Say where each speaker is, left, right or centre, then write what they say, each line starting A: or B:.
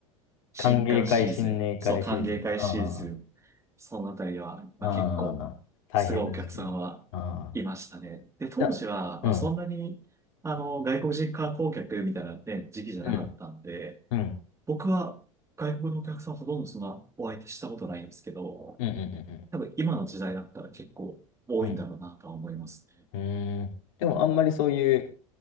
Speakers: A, on the right (about 15°); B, on the left (about 65°).
A: 新歓シーズン、
B: 歓迎会、新年会シーズン。
A: そう、歓迎会シーズン、
B: うんうんうん
A: そのあたりは、
B: ああ大変な時期。
A: まあ、結構、すごいお客さんはいましたね。
B: ああ
A: で、当時は、
B: いや、うん。
A: まあ、そんなに、あの、外国人観光客みたいなね、時期じゃなかったんで、
B: うん。うん。
A: 僕は外国のお客さんほとんどそんなお相手したことないんですけど、
B: うん。うん。うん。
A: 多分今の時代だったら結構多いんだろうなとは思います。
B: うん。うんうーんでも、あんまりそういう、